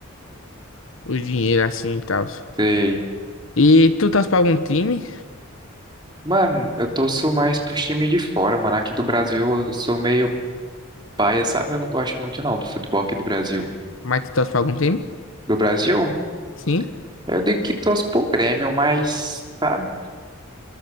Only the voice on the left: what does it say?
os dinheiro assim e tal.
E tu torce pra algum time?
Mas tu torce pra algum time?
Sim.